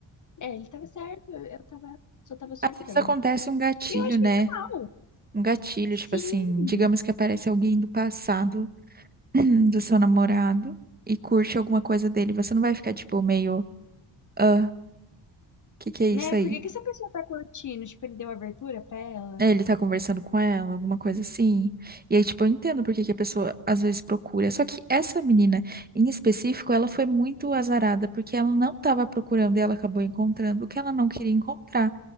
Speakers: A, on the left; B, on the right.
A: é, ele tava certo, eu eu tava, só tava surtando.
B: Às vezes acontece um gatilho,
A: E eu acho
B: né?
A: que é normal.
B: Um gatilho,
A: Sim,
B: tipo assim, digamos que aparece alguém do passado <clears throat> do seu namorado e curte alguma coisa dele, você não vai ficar tipo meio, ah, que que é isso
A: né?
B: aí?
A: Por que que essa pessoa tá curtindo? Tipo, ele deu abertura pra ela?
B: É, Ele tá conversando com ela, alguma coisa assim. E aí, tipo, eu entendo por que que a pessoa às vezes procura. Só que essa menina, em específico, ela foi muito azarada, porque ela não tava procurando e ela acabou encontrando o que ela não queria encontrar.